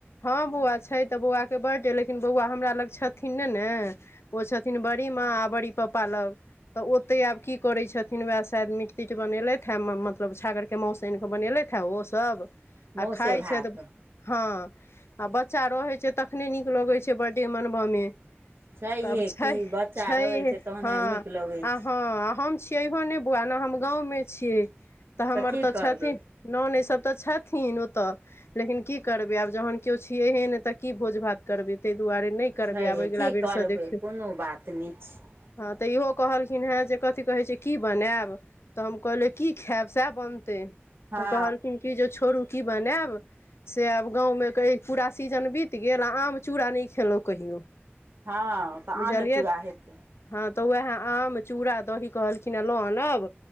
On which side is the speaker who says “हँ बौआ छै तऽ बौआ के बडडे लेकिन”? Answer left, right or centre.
Left